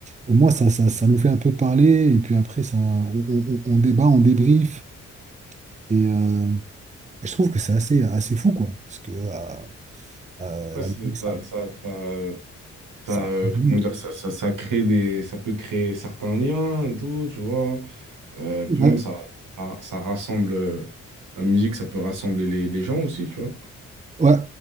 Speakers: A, on the right (about 20°); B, on the right (about 70°).
A: Au moins, ça, ça, ça nous fait un peu parler, et puis après, ça, on, on- on débat, on débriefe. Et euh, je trouve que c'est assez, assez fou, quoi. Parce que, euh, euh,
B: Ouais,
A: la
B: c'est-
A: musique, ça,
B: ça, ça, ça, euh,
A: ça
B: ça, euh,
A: réunit
B: comment dire, ça, ça, ça crée des, ça peut créer certains liens et tout, tu vois. Euh, puis
A: Ouais,
B: même,
A: hein.
B: ça, ça, ça rassemble, euh, la musique, ça peut rassembler les, les gens aussi, tu vois.
A: ouais,